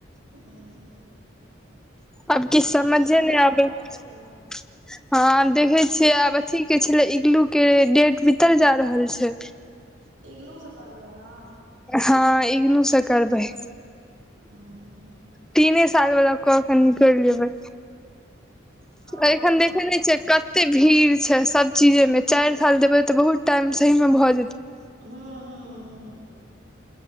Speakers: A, on the right (about 75°); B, in the centre.
A: हूँ
B: अब किछ समझे
A: एडमिशन तऽ
B: ने
A: करबाइए
B: आबै हँ
A: लिअ
B: आब देखे छियै आब अथी के छले इगलू के डेट बीतल जा रहल छै
A: त इगनु सँ करबै अहाँ
B: हँ ईगनू से करबे
A: आ <inaudible>
B: तीने साल वला क के निकेल जेबै
A: हँ
B: एखन
A: बढ़िआँ
B: देखे
A: करब
B: नहि छिय कत एते भीड़ छै सब चीजे मे चार साल देबे ते बहुत टाइम सही मे भए
A: हँ हँ हँ